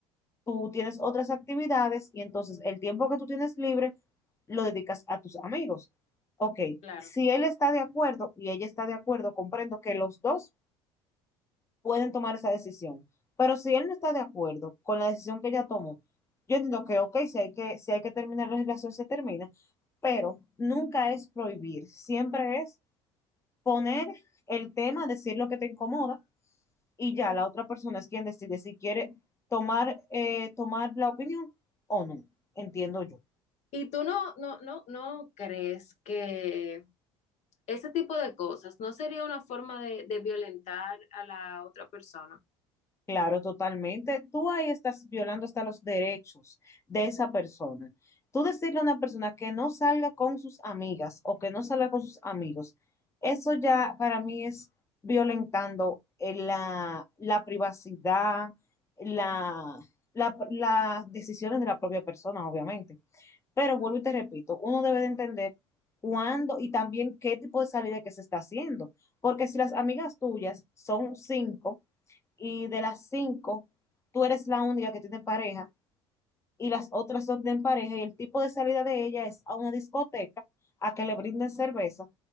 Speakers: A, on the left; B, on the left.
A: tú tienes otras actividades y entonces el tiempo que tú tienes libre lo dedicas a tus amigos. Ok,
B: Claro.
A: si él está de acuerdo y ella está de acuerdo, comprendo que los dos pueden tomar esa decisión. Pero si él no está de acuerdo con la decisión que ella tomó, yo entiendo que, ok, si hay que, si hay que terminar la relación, se termina, pero nunca es prohibir, siempre es poner el tema, decir lo que te incomoda y ya la otra persona es quien decide si quiere tomar, eh, tomar la opinión o no, entiendo yo.
B: ¿Y tú no, no, no, no crees que ese tipo de cosas no sería una forma de, de violentar a la otra persona?
A: Claro, totalmente. Tú ahí estás violando hasta los derechos de esa persona. Tú decirle a una persona que no salga con sus amigas o que no salga con sus amigos, eso ya para mí es violentando eh, la, la privacidad, la, la- las decisiones de la propia persona, obviamente. Pero vuelvo y te repito, uno debe de entender cuándo y también qué tipo de salida que se está haciendo. Porque si las amigas tuyas son cinco y de las cinco tú eres la única que tiene pareja y las otras son de en pareja y el tipo de salida de ella es a una discoteca a que le brinden cerveza,